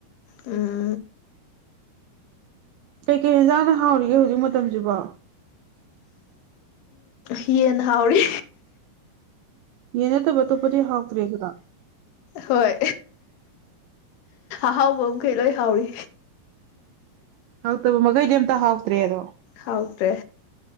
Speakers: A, on the left; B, on the right.
A: ꯎꯝ
B: ꯀꯩꯀꯩ ꯌꯦꯟꯖꯥꯡꯅ ꯍꯥꯎꯔꯤꯒꯦ ꯍꯧꯖꯤꯛ ꯃꯇꯝꯁꯤꯕꯣ
A: ꯌꯦꯟ ꯍꯥꯎꯔꯤ
B: ꯌꯦꯅꯇꯕꯠꯇꯣꯄꯇ ꯍꯥꯎꯈ꯭ꯔꯤ ꯑꯗꯨꯗ
A: ꯍꯣꯏ ꯑꯍꯥꯎꯕ ꯑꯃꯈꯩ ꯂꯣꯏ ꯍꯥꯎꯔꯤ
B: ꯍꯥꯎꯇꯕ ꯃꯈꯩꯗꯤ ꯑꯝꯇ ꯍꯥꯎꯇ꯭ꯔꯦ ꯑꯗꯣ
A: ꯍꯥꯎꯗ꯭ꯔꯦ